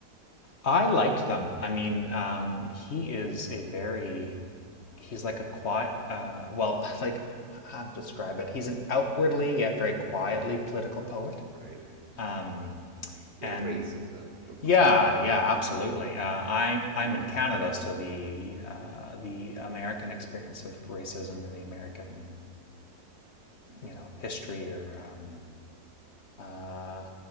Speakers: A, on the left; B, on the right.
A: I liked them. I mean, um, he is a very he's like a quiet, uh, well, <laughs> like how to describe it? He's an outwardly yet very quietly political poet.
B: Right.
A: Um,
B: Yeah.
A: and
B: Race is a component.
A: yeah,
B: A lot
A: yeah,
B: of them. Yeah.
A: absolutely. Uh, I I'm in Canada, so the uh, the American experience of racism or the American you know history or um, uh,